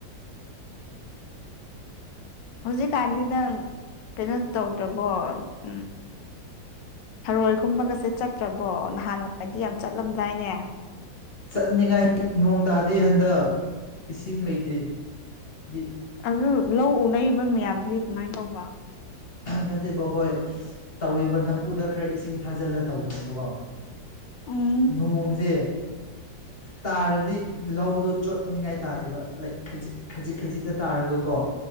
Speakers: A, on the left; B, on the left.
A: ꯍꯧꯖꯤꯛꯀꯥꯟꯁꯤ ꯅꯪ ꯀꯩꯅꯣ ꯇꯧꯗ꯭ꯔꯕꯣ ꯎꯝ ꯎꯝ ꯊꯔꯣꯏ ꯈꯨꯝꯕꯒꯁꯦ ꯆꯠꯇ꯭ꯔꯕꯣ ꯅꯍꯥꯟꯋꯥꯏꯗꯤ ꯌꯥꯝ ꯆꯠꯂꯝꯗꯥꯏꯅꯦ
B: ꯆꯠꯅꯤꯡꯉꯥꯏ ꯅꯣꯡ ꯇꯥꯗꯦ ꯍꯟꯗꯛ ꯏꯁꯤꯡ ꯂꯩꯇꯦꯗꯤ
A: ꯑꯗꯨ ꯂꯧ ꯎꯅꯩꯕ ꯃꯌꯥꯝꯗꯨꯒꯤ ꯀꯃꯥꯏꯅ ꯇꯧꯕ
B: ꯅꯠꯇꯦꯕ ꯍꯣꯏ ꯇꯧꯋꯦꯕ ꯅꯝꯐꯨꯗ ꯈꯔ ꯏꯁꯤꯡ ꯊꯥꯖꯤꯜꯂ ꯇꯧꯕꯅꯦꯕꯀꯣ
A: ꯎꯝ
B: ꯅꯣꯡꯖꯦ ꯇꯥꯔꯗꯤ ꯂꯧꯗꯣ ꯆꯣꯠꯅꯤꯡꯉꯥꯏ ꯇꯥꯗꯦꯕ ꯂꯥꯏ ꯈꯖꯤꯛ ꯈꯖꯤꯛ ꯈꯖꯤꯛꯇ ꯇꯥꯔꯒꯀꯣ